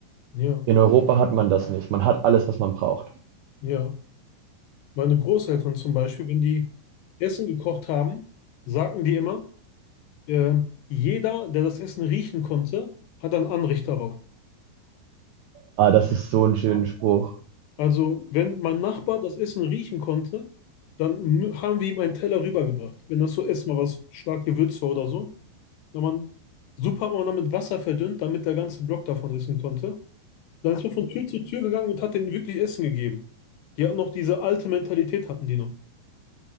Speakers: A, on the left (about 80°); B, on the right (about 80°).
A: Ja,
B: In Europa hat man das nicht. Man hat alles, was man braucht.
A: ja. Meine Großeltern zum Beispiel, wenn die Essen gekocht haben, sagten die immer, ähm, jeder, der das Essen riechen konnte, hat ein Anrecht darauf.
B: Ah, das ist so ein schöner Spruch.
A: Also, wenn mein Nachbar das Essen riechen konnte, dann mü- haben wir ihm einen Teller rübergebracht. Wenn das so erstmal was stark gewürzt war oder so, dann man, Suppe hat man dann mit Wasser verdünnt, damit der ganze Block davon essen konnte. Dann ist man von Tür zu Tür gegangen und hat denen wirklich Essen gegeben. Die hatten noch diese alte Mentalität, hatten die noch.